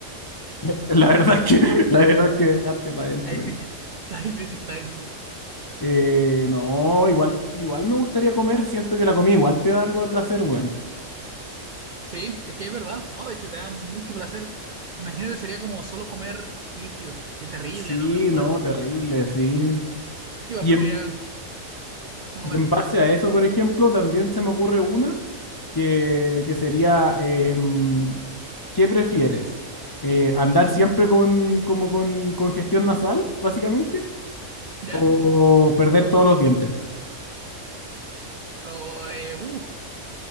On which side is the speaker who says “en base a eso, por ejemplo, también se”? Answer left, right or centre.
Left